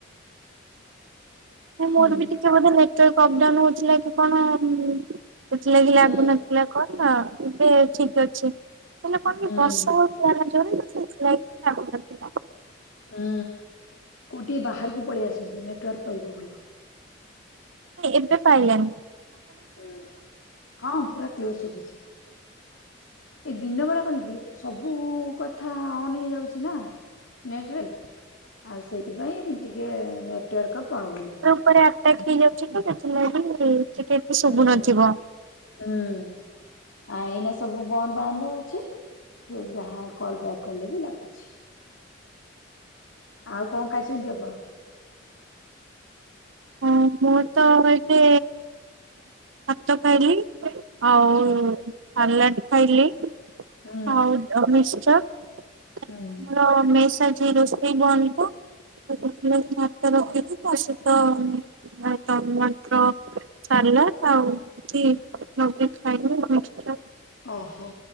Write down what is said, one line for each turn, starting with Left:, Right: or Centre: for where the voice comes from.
Right: ମୋର
Left: ହୁଁ
Right: ବି ଟିକେ ବୋଧେ ନେଟୱାର୍କ ଅପଡାଉନ ହୋଉଥିଲା କି କଣ ସେଥିଲାଗି
Left: ହୁଁ
Right: ଲାଗୁନଥିଲା। କଣ ନା ଏବେ ଠିକ ଅଛି ହେଲେ ମନେ କଣ
Left: ହୁଁ
Right: କି ବର୍ଷା ହେଉଥିଲାନା ଯୋରରେ ସେଇଥିଲାଗି ଥିଲା
Left: ହୁଁ କୋଉଠି ଟିକେ ବାହାରକୁ ପଳେଇ ଆସନ୍ତୁ ନେଟୱାର୍କ ପାଇବ ଭଲ।
Right: ଏବେ ପାଇିଲାଣିି।
Left: ହୁଁ, ହଁ ପୁରା କ୍କିଅର ଶୁଭୁଚି। ଏଇ ଦିନ ବେଳା କଣ କି ସବୁ କଥା ଅନ୍ ହେଇଯାଉଛି ନା। ନେଟରେ, ଆଉ ସେଥିପାଇଁ ଟିକେ ନେଟୱାର୍କ ପାଉନି।
Right: ତାପରେ ଆଟକ୍ ହେଇଯାଉଚି ତ ସେଥିଲାଗି ଟିକେ ଏତେ
Left: ହୁଁ
Right: ଶୁଭୁ ନଥିବ।
Left: ହୁଁ। ଆ ଏଇନା ସବୁ ବନ୍ଦ ବାନ୍ଦ ଅଛି, ସେ ଯାହା କଲ ବ୍ୟକ୍ କଲେ ବି ଲାଗୁଛି। ଆଉ କଣ ଖାଇଛନ୍ତି ଆପଣ?
Right: ହଁ ମୁଁ ତ ଏବେ ହାତ ଧୋଇଲି ଆଉ
Left: ହୁଁ।
Right: ସାଲାଡ଼ ଖାଇଲି।
Left: ହୁଁ
Right: ଆଉ ମିଶ୍ଚର କାଇଁ
Left: ହୁଁ
Right: ନା ମୋର ମେସ ଆଜି ରୋସ୍ ଇ ବନ୍ଦ ତ <unintelligible> ଭାତ ରଖିକୀ ତା ସହିତ ଆଉ ଟମାଟର ସାଲାଡ ଆଉ ଏମିତି ଲଗେଇ ଖାଇଲୁ <unintelligible>
Left: ଓହୋ